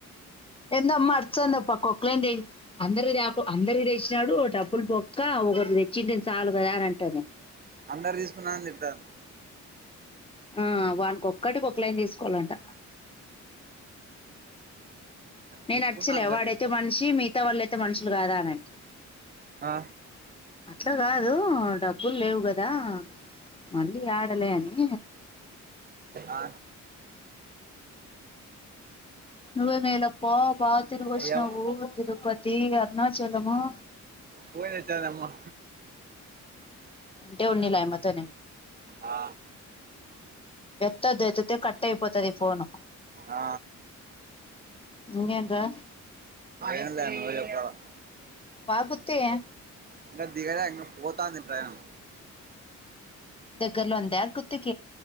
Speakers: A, on the left (about 20°); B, on the right (about 30°).
A: ఎంతమ్మ అరుస్తాది ఒక్క కొక్లే అందరిదేపో అందరి వాడోచాడు డబ్బులు బొక్క ఒకరు తెచ్చిండిని చాలు కదా అని అంటనే
B: అందర్తీసుకున్నా తిడతాంది
A: ఆ వాన్కి ఒక్కటికిక్కలైన తీసుకోవాలంట నేనచ్చలే
B: తీసుకున్నా అందరు
A: వాడైతే
B: తీసుకో
A: మనిషి మిగతా వాళ్ళయితే మనుషులు కాదా అనంటి
B: ఆ
A: అట్టా కాదు డబ్బులు లేవు కదా మళ్ళీ ఆడలేని
B: ఆ
A: నువ్వె మేలప్పో బా తిరుగోచినవు
B: అయ్యా
A: తిరుపతి తీ అర్ణాచలమూ
B: పోయి అచ్చామ్మా
A: దేవు నిలాయమ తోనే
B: ఆ
A: కొత్తది ఎత్తుతే కట్ అయిపోతాది ఈ ఫోను
B: ఆ
A: ఇంకేంట్రా
B: ఎంలే నువ్వే చెప్పాలా
A: కుతేయ
B: ఇంగదిగలే ఇంగ పోతంది ట్రైను
A: దగ్గర్లో ఉందా గుత్తిక